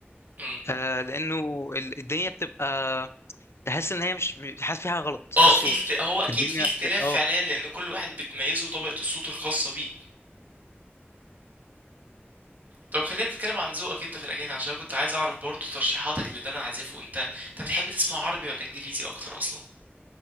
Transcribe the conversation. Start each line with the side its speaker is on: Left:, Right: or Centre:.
Right: مم.
Left: آه، لانه ال- الدنيا بتبقى تحس ان هي مش مش- حاسس فيها غلط في
Right: اه
Left: الصوت
Right: في اخت... هو اكيد
Left: الدنيا
Right: في اختلاف
Left: اه
Right: فعليا لان كل واحد بتميزه طبقة الصوت الخاصة بيه طب خلينا نتكلم عن ذوقك انت في الاغاني عشان كنت عايز اعرف برضو ترشيحاتك للي انا عازفه انت انت بتحب تسمع عربي ولا انجليزي اكتر اصلا